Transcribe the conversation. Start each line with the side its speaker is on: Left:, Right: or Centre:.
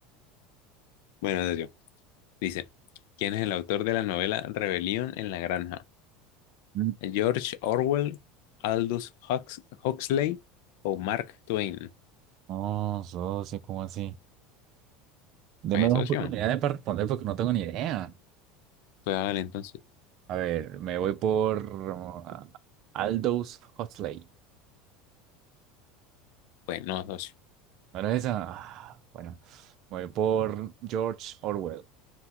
Left: Bueno, socio. Dice, ¿quién es el autor de la novela Rebelión en la Granja?
Right: Mm.
Left: ¿George Orwell, Aldous Hux- Huxley o Mark Twain?
Right: No, socio, ¿cómo así? Deme
Left: ¿Es
Right: dos
Left: socio?
Right: oportunidades para responder porque no tengo ni idea.
Left: Pues vale, entonces.
Right: A ver, me voy por uh, Aldous Huxley.
Left: Pues no, socio.
Right: ¿No era esa? Ah, bueno, me voy por George Orwell.